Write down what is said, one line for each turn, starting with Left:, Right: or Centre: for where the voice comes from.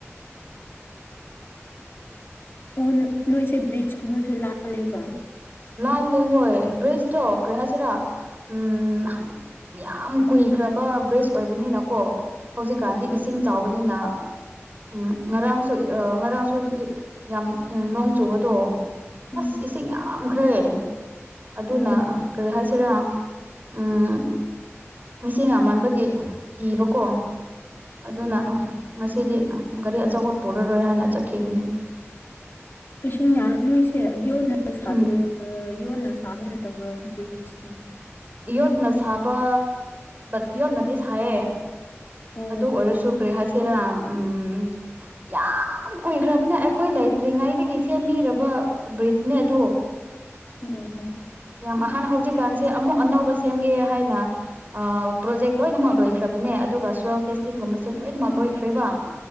Left: ꯑꯣ ꯅꯣꯏꯁꯦ ꯕ꯭ꯔꯤꯖꯀꯨꯝꯕꯁꯨ ꯂꯥꯜꯂꯦꯕ
Right: ꯂꯥꯟ ꯂꯩꯦ ꯍꯣꯏ ꯭ ꯕꯔꯤꯖꯇ ꯀꯦꯔꯤ ꯍꯩꯁꯤꯔꯥ ꯎꯝ ꯌꯥꯝ ꯀꯨꯏꯈ꯭ꯔꯕ ꯕ꯭ꯔꯤꯖ ꯑꯣꯏꯕꯅꯤꯅꯀꯣ ꯍꯧꯖꯤꯛꯀꯥꯟꯗꯤ
Left: ꯑꯣ
Right: ꯏꯁꯤꯡ ꯆꯥꯎꯕꯅꯤꯅ ꯎꯝ ꯉꯔꯥꯡꯁꯨ ꯑ ꯉꯔꯥꯡꯁꯨ ꯏ ꯌꯥꯝ ꯅꯣꯡ ꯆꯨꯕꯗꯣ
Left: ꯎꯝ
Right: ꯑꯁ ꯏꯁꯤꯡ ꯌꯥꯝꯈ꯭ꯔꯦ ꯑꯗꯨꯅ
Left: ꯑꯣ
Right: ꯀꯔꯤ ꯍꯥꯏꯁꯤꯔꯣ ꯎꯝ ꯃꯤꯁꯤꯡ ꯌꯥꯝꯟꯕꯒꯤ ꯀꯤꯕꯀꯣ ꯑꯗꯨꯅ
Left: ꯑꯣ
Right: ꯉꯁꯤꯗꯤ ꯒꯥꯔꯤ ꯑꯆꯧꯕ ꯄꯨꯔꯔꯣꯏ ꯍꯥꯏꯅ ꯆꯠꯈꯤꯕꯅꯤ
Left: ꯂꯤꯁꯤꯡ ꯌꯥ ꯅꯣꯏꯁꯦ ꯌꯣꯟꯅ ꯁꯥꯗꯣꯏ꯭ꯔꯥ
Right: ꯎꯝ
Left: ꯌꯣꯟꯅ ꯁꯥꯕ ꯅꯠꯇꯕ꯭ꯔꯥ ꯕ꯭ꯔꯤꯖꯇꯣ
Right: ꯌꯣꯠꯅ ꯁꯥꯕ ꯌꯣꯠꯅꯗꯤ ꯁꯥꯏꯌꯦ
Left: ꯑꯣ
Right: ꯑꯗꯨ ꯑꯣꯏꯔꯁꯨ ꯀꯔꯤ ꯍꯥꯏꯁꯤꯔꯥ ꯎꯝ ꯌꯥꯝ ꯀꯨꯏꯈ꯭ꯔꯕꯅꯦ ꯑꯩꯈꯣꯏ ꯂꯩꯇ꯭ꯔꯤꯉꯩꯗꯒꯤ ꯁꯦꯝꯕꯤꯔꯕ ꯕ꯭ꯔꯤꯖꯅꯦ ꯑꯗꯣ
Left: <unintelligible>
Right: ꯌꯥꯝ ꯑꯍꯥꯟꯅ ꯍꯧꯖꯤꯛꯀꯥꯟꯁꯦ ꯑꯃꯨꯛ ꯑꯅꯧꯕ ꯁꯦꯝꯒꯦ ꯍꯥꯏꯅ ꯑ ꯄ꯭ꯔꯣꯖꯦꯛ ꯂꯣꯏꯅꯃꯛ ꯂꯣꯏꯈ꯭ꯔꯕꯅꯦ ꯑꯗꯨꯒ ꯁꯣꯏꯜ ꯇꯦꯁꯇꯤꯡꯒꯨꯝꯕꯁꯨ ꯂꯣꯏꯅꯃꯛ ꯂꯣꯏꯈ꯭ꯔꯦꯕ